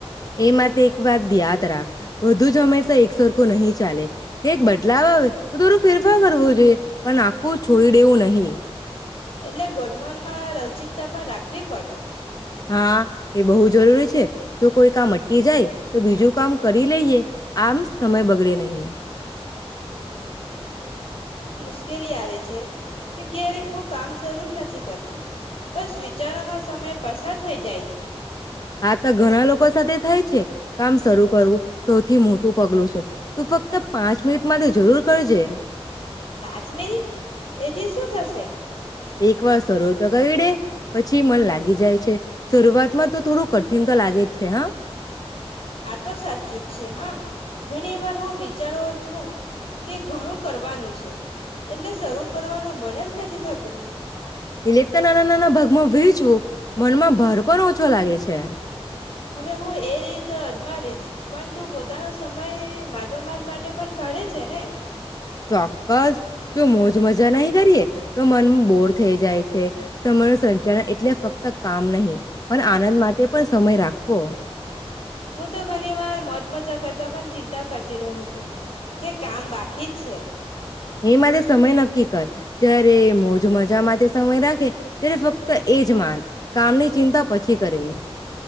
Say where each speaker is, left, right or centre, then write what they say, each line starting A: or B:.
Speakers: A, on the left; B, on the left.
A: એ માટે એક વાત યાદ રાખ. વધુ જ હંમેશા એક સરકુ નહી ચાલે. એક બદલાવ આવે તો થોડુ ફેરફાર કરવુ જોઈએ પણ આખું છોડી દેવું નહી.
B: એટલે ગોઠવણમાં લવચિકતા પણ રાખવી પડે.
A: હા એ બહુ જ જરૂરી છે. જો કોઈ કામ અટકી જાય તો બીજું કામ કરી લઈએ આમ સમય બગડે નહીં.
B: શ્કેલી આવે છે કે ક્યારેક હું કામ શરૂુ જ નથી કરતી, બસ વિચારોમાં સમય પસાર થઈ જાય છે.
A: આ તો ઘણા લોકો સાથે થાય છે. કામ શરૂ કરવું સૌથી મોટું પ ગ્લુ છે. તું ફક્ત પાંચ મિનિટ માટે જરૂર કળજે.
B: પાંચ મિનિટ એથી શું થશે?
A: એક વાર સરો તો <unintelligible> પછી મન લાગી જાય છે, શરૂઆતમાં તો થોડું ક ઠિન તો લાગે જ છે હ.
B: આ તો સાચું જ છે હા ઘણી વાર હું વિચારો છું કે ઘણું કરવાનું છે. એટલે શરૂ કરવાનું મન જ નથી થતું.
A: <unintelligible> નાના નાના ભાગમાં <unintelligible> મનમાં ભાર પણ ઓછો લાગે છે.
B: હવે હું એ રીત અજમાવીશ પણ તું પોતાનો સમય માજોમાજ માટે પણ કાઢે છે ને.
A: ચોક્કસ જો મોજ મજા નહી કરીએ તો મન બોર થઈ જાય છે. તમાર સંચાર એટલે ફક્ત કામ નહી. પણ આનંદ માટે પણ સમય રાખવો.
B: હું તો ઘણી વાર મત મજા કરતા પણ ચિંતા કરતી રહું છું, કે કામ બાકી જ છે.
A: એ માટે સમય નક્કી કર જ્યારે મોજ મજા માટે સમય રાખે તેને ફક્ત એજ માન કામની ચિંતા પછી કરવી.